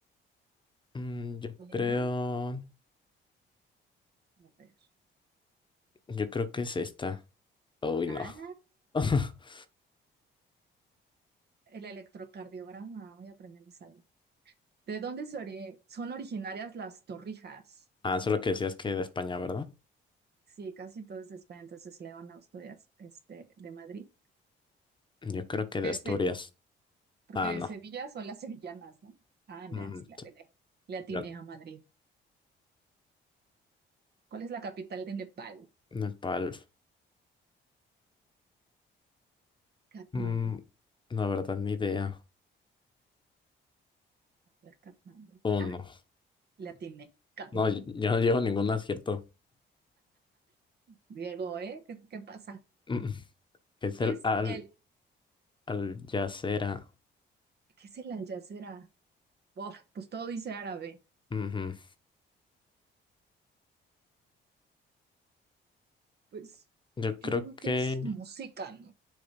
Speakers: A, on the left; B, on the right.
A: Mm, yo
B: Lina,
A: creo,
B: a ver.
A: yo creo que es esta. Uy,
B: Ah,
A: no. <laughs>
B: el electrocardiograma, hoy aprendemos algo. ¿De dónde se ori- son originarias las torrijas?
A: Ah, eso es lo que decías que de España, ¿verdad?
B: Sí, casi todo es de España, entonces León, Asturias, este, de Madrid.
A: Yo creo que de
B: Este,
A: Asturias.
B: porque
A: Ah,
B: de
A: no.
B: Sevilla son las sevillanas, ¿no? Ah, mira,
A: Mm,
B: sí, le
A: t-
B: atiné, le atiné
A: yo-
B: a Madrid. ¿Cuál es la capital de Nepal?
A: Nepal.
B: Katmandú.
A: Mm, la verdad, ni idea.
B: A ver, Katmandú.
A: Uno.
B: Ah, la tiene. Katmandú.
A: No, yo yo no llevo ningún acierto.
B: Diego, ¿eh? ¿Qué, qué pasa?
A: Mm, que es
B: ¿Qué
A: el
B: es
A: al,
B: el,
A: al yacera.
B: qué es el Al Jazeera? Buah, pues todo dice árabe.
A: Ujú.
B: Pues
A: Yo creo
B: yo digo
A: que
B: que es música, ¿no?